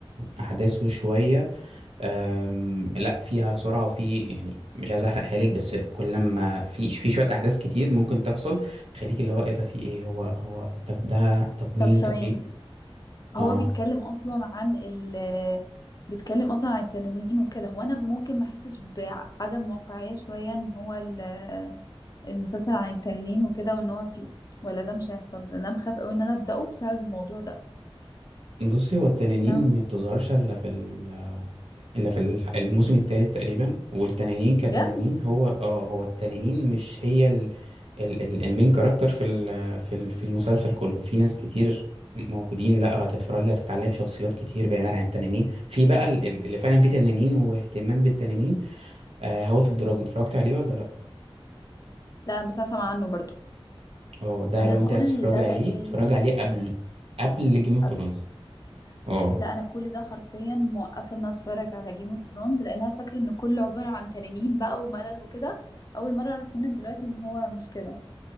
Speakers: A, on the right; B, on the left.
A: احداثه شويه أم، لا فيها سرعة وفي يعني مش عايز احرق حالك بس كل ما في في شوية احداث كتير ممكن تحصل تخليك اللي هو ايه ده في ايه هو هو طب ده طب مين
B: طب ثواني
A: طب ايه اه
B: هو بيتكلم اصلا عن ال بيتكلم اصلا عن التنانين وكده هو انا ممكن ما احسش بعدم واقعية شوية ان هو ال- المسلسل عن التنانين وكده وان هو في ولا ده مش هيحصل لان انا بخاف قوي ان انا ابداه بسبب الموضوع ده
A: بصي هو التنانين
B: انا
A: ما بتظهرش الا في ال إلا في الح- الموسم الثالث تقريبا والتنانين كتنانين
B: بجد
A: هو اه هو التنانين مش هي ال ال ال المين كاركتر في ال في ال في المسلسل كله في ناس كتير موجودين لا هتتفرجي هتتعلقي بشخصيات كتير بعيدا عن التنانين في بقى ال- ال- اللي فعلا فيه تنانين واهتمام بالتنانين هاوس اوف دراجون اتفرجت عليه ولا لا
B: لا بس انا سامعه عنه برضو
A: اه ده
B: انا
A: لو
B: كل
A: انت عايز تتفرجي
B: ده
A: عليه
B: بقالي
A: اتفرجي عليه قبل قبل جيم اوف
B: قبل
A: ثرونز اه
B: لا انا كل ده حرفيا موقفه ان أنا اتفرج على جيم اوف ثرونز لان انا فاكره ان كله عباره عن تنانين بقى وملل وكده اول مره اعرف منك دلوقتي ان هو مش كده